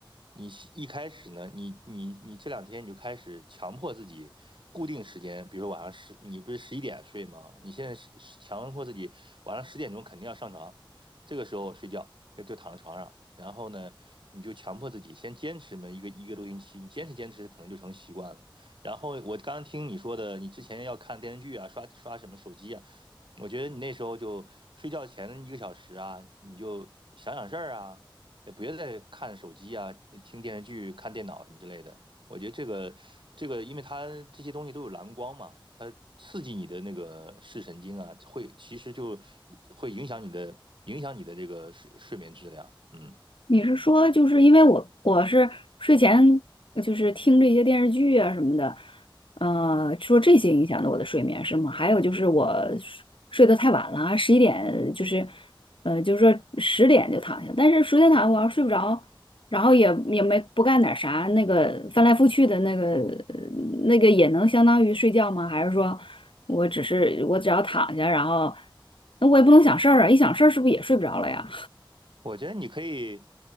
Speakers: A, on the right; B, on the left.
A: 你一开始呢，你你你这两天你就开始强迫自己固定时间，比如说晚上十，你不是十一点睡吗？你现在是是强迫自己晚上十点钟肯定要上床，这个时候睡觉就就躺在床上，然后呢，你就强迫自己先坚持那么一个一个多星期，你坚持坚持可能就成习惯了。然后我刚听你说的，你之前要看电视剧啊，刷刷什么手机啊，我觉得你那时候就睡觉前一个小时啊，你就想想事儿啊，也不要再看手机啊、听电视剧、看电脑什么之类的。我觉得这个这个，因为它这些东西都有蓝光嘛，它刺激你的那个视神经啊，会其实就会影响你的影响你的这个睡睡眠质量。嗯。
B: 你是说，就是因为我我是睡前呃就是听这些电视剧啊什么的，呃，说这些影响了我的睡眠是吗？还有就是我睡睡得太晚了，十一点就是，呃，就是说十点就躺下，但是十点躺下我要睡不着，然后也也没不干点啥，那个翻来覆去的那个呃那个也能相当于睡觉吗？还是说我只是我只要躺下，然后那我也不能想事儿啊，一想事儿是不是也睡不着了呀？
A: 我觉得你可以，